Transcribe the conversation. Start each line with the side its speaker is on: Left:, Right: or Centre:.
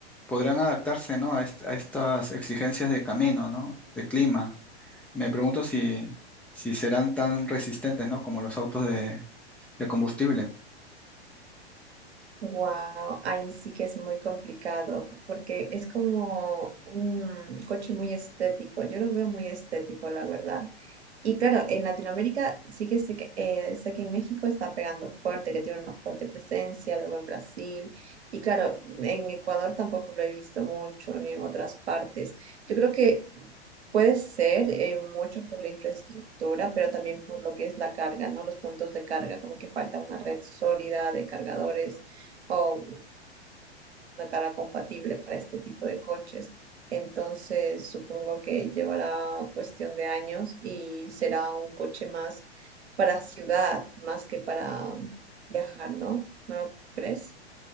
Centre: podrán adaptarse, ¿no? a, est- a estas exigencias de camino, ¿no? De clima. Me pregunto si, si serán tan resistentes, ¿no? Como los autos de, de combustible.
Right: Wow, ahí sí que es muy complicado porque es como un coche muy estético. Yo lo veo muy estético, la verdad. Y claro, en Latinoamérica sí que sé que, eh, sé que en México está pegando fuerte, que tiene una fuerte presencia, luego en Brasil. Y claro, en Ecuador tampoco lo he visto mucho, ni en otras partes. Yo creo que puede ser eh, mucho por la infraestructura, pero también por lo que es la carga, ¿no? Los puntos de carga, como que falta una red sólida de cargadores o una cara compatible para este tipo de coches. Entonces, supongo que llevará cuestión de años y será un coche más para ciudad, más que para viajar, ¿no? ¿No lo crees?